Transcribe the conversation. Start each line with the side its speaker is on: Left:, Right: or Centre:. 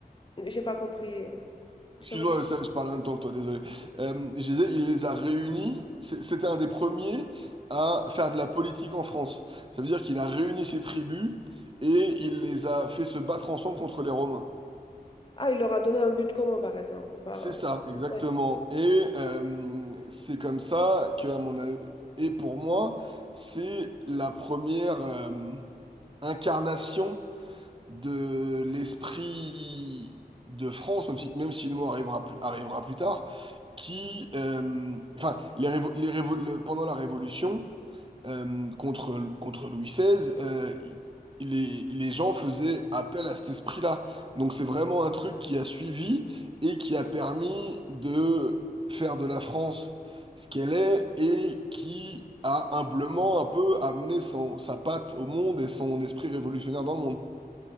Left: J'ai pas compris. Tu
Right: Excuse-moi,
Left: peux redire?
Right: ça, je parle en même temps que toi, désolé. Euh, je disais, il les a réunis. C'est- C'était un des premiers à faire de la politique en France. Ça veut dire qu'il a réuni ses tribus et il les a fait se battre ensemble contre les Romains.
Left: Ah, il leur a donné un but commun, par exemple. Par...
Right: C'est
Left: euh,
Right: ça, exactement.
Left: Ouais.
Right: Et euh, c'est comme ça que, à mon avis, et pour moi, c'est la première euh, incarnation de l'esprit de France, même si, même si le mot arrivera plus, arrivera plus tard. qui, euh, enfin, les révo- les révo- le- pendant la Révolution, euh, contre, contre Louis XVI, euh, i- les, les gens faisaient appel à cet esprit-là. Donc c'est vraiment un truc qui a suivi et qui a permis de faire de la France ce qu'elle est et qui a humblement un peu amené son, sa patte au monde et son esprit révolutionnaire dans le monde.